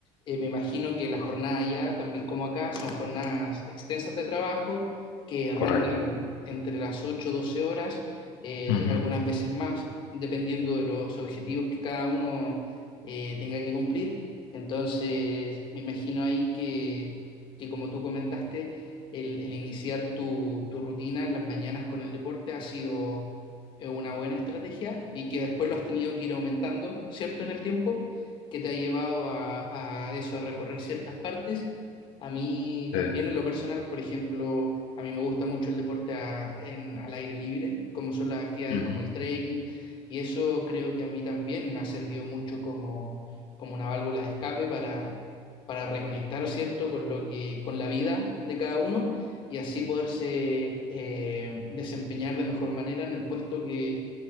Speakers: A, on the left; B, on the left.
A: eh, me imagino que la jornada allá, también como acá, son jornadas extensas de trabajo que rondan
B: Correcto.
A: entre las 8 12 horas, eh,
B: ujú,
A: algunas veces más, dependiendo de los objetivos que cada uno eh, tenga que cumplir. Entonces, me imagino ahí que, que como tú comentaste, el, el iniciar tu, tu rutina en las mañanas con el deporte ha sido eh, una buena estrategia y que después lo has tenido que ir aumentando, ¿cierto? En el tiempo, que te ha llevado a, a eso, a recorrer ciertas partes. A mí
B: Sí,
A: también en lo personal, por ejemplo, a mí me gusta mucho el deporte a- en- al aire libre, como son las actividades
B: ujú.
A: como el trekking, y eso creo que a mí también me ha servido mucho como, como una válvula de escape para, para reconectar, ¿cierto?, con lo que, con la vida de cada uno y así poderse eh, desempeñar de mejor manera en el puesto que,